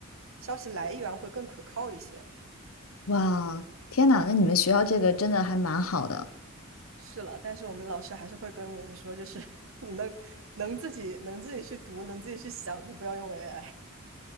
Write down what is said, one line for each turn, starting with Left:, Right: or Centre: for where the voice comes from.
Right: 消息来源会更可靠一些。
Left: 哇，天哪，那你们学校这个真的还蛮好的。
Right: 是了，但是我们老师还是会跟我们说，就是 <laughs> 你能能自己能自己去读，能自己去想，就不要用 AI。